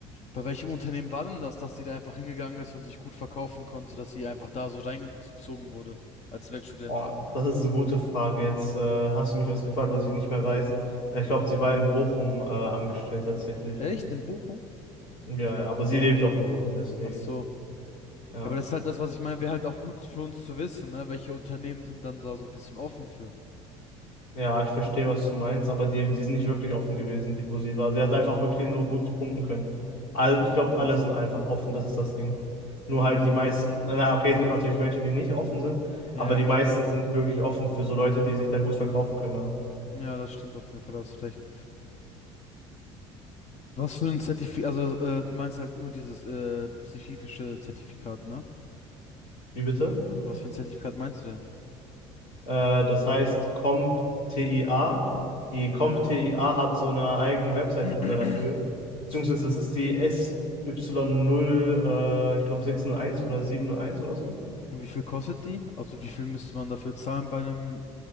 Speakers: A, on the left (about 50°); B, on the left (about 80°).
A: Bei welchem Unternehmen war denn das, dass sie da einfach hingegangen ist und sich gut verkaufen konnte, dass sie einfach da so reingezogen wurde als Werkstudent?
B: oh, das ist eine gute Frage. Jetzt äh, hast du mich was gefragt, was ich nicht mehr weiß. Äh, Ich glaube, sie war in Bochum äh, angestellt tatsächlich.
A: Echt? In Bochum?
B: Ja, ja, aber sie lebt auch in Bochum, deswegen.
A: Ach so.
B: Ja.
A: Ja, aber das ist halt das, was ich meine, wäre halt auch gut für uns zu wissen, ne? Welche Unternehmen sind dann da so ein bisschen offen für?
B: Ja, ich verstehe, was du meinst, aber die, die sind nicht wirklich offen gewesen, die Bussi war. Sie hat einfach wirklich nur gut punkten können. All,
A: Ja,
B: ich glaube,
A: krass.
B: alle sind einfach offen, das ist das Ding. Nur
A: Oh,
B: halt
A: das
B: die
A: ist
B: meisten,
A: krass.
B: na okay, es gibt natürlich welche, die nicht offen sind,
A: Ja,
B: aber die
A: k-
B: meisten sind wirklich offen für so Leute, die sich dann gut verkaufen können. aber-
A: ja, das stimmt auf jeden Fall, da hast du recht. Was für ein Zertifikat, also äh, du meinst halt nur dieses äh, spezifische Zertifikat, ne?
B: Wie bitte?
A: Was für ein Zertifikat meinst du
B: Äh, das heißt Comp t i a Die Comp
A: denn? Ja.
B: t i a hat so eine eigene Webseite
A: <clears throat>
B: sogar dafür. Beziehungsweise das ist die SY0, äh, ich glaube 601 oder 701 oder so.
A: Und wie viel kostet die? Also wie viel müsste man dafür zahlen bei einem,